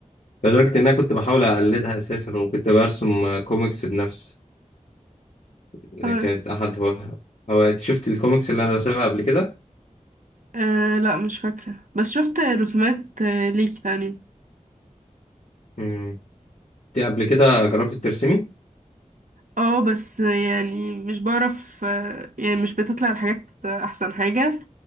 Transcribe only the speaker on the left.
لدرجة إن أنا كنت بحاول أقلدها أساسا وكنت برسم آه، كوميكس بنفسي اللي
كانت أحد هو... هواياتي شفت الكوميكس اللي أنا رسمها قبل كده
مم. دي قبل كده جربت ترسمي